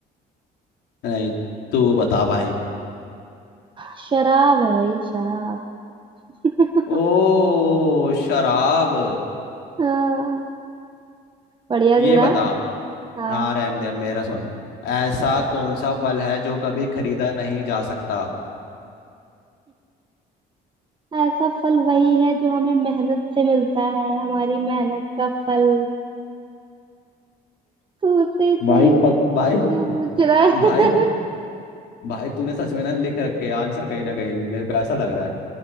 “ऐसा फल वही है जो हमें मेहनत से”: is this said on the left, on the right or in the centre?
Right